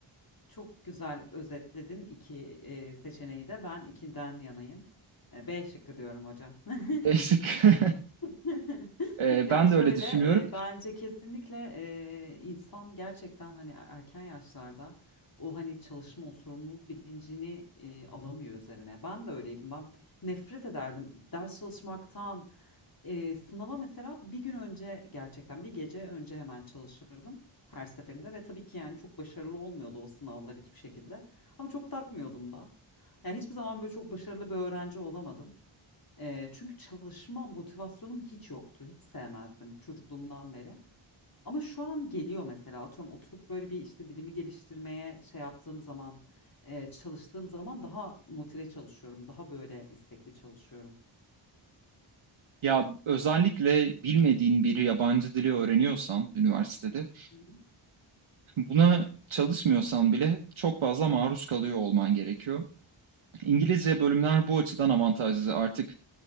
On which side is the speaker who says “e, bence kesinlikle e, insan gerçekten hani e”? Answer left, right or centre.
Left